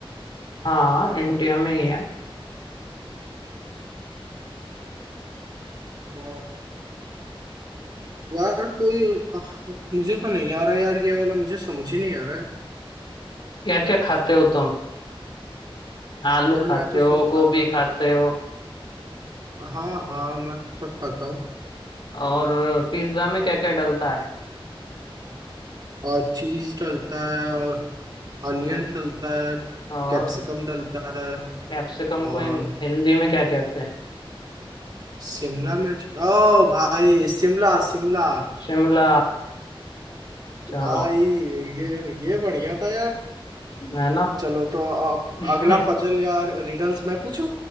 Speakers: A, on the left; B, on the right.
A: हाँ इंडिया में ही है
B: अ, यार कोई आह, मुझे तो नहीं आ रहा यार ये वाला मुझे समझ ही नहीं आ रहा है
A: क्या क्या खाते हो तुम आलू
B: यार
A: खाते
B: मैं तो सब
A: हो
B: खाता
A: गोभी
B: हूँ
A: खाते हो
B: हाँ हाँ मैं तो सब खाता हूँ
A: और पिज्जा में क्या क्या डलता है
B: और चीज डलता है और अनियन
A: हम्म
B: डलता है
A: और
B: कैप्सिकम डलता है
A: कैप्सिकम
B: और
A: को हिं- हिंदी में क्या कहते हैं
B: शिमला मिर्च ओ भाई शिमला शिमला
A: शिमला चलो
B: भाई ये ये बढ़िया था यार
A: है ना
B: चलो तो अब
A: <laughs>
B: अगला पजल या रिडल्स मैं पूछूं